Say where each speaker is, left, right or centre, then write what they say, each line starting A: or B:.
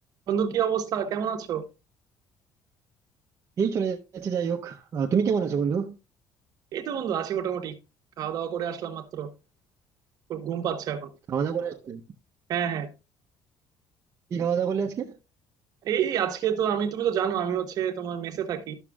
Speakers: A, on the right; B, on the right.
A: বন্ধু কি অবস্থা কেমন আছো
B: এই চলে যাচ্ছে যাই হোক আহ, তুমি কেমন আছো বন্ধু
A: এই তো বন্ধু আছি মোটামুটি খাওয়া দাওয়া করে আসলাম মাত্র খুব ঘুম পাচ্ছে এখন
B: খাওয়া দাওয়া করে আসলে
A: হ্যাঁ হ্যাঁ
B: কি খাওয়া দাওয়া করলে আজকে
A: এই এই আজকে তো আমি তুমি তো জানো আমি হচ্ছে তোমার মেসে থাকি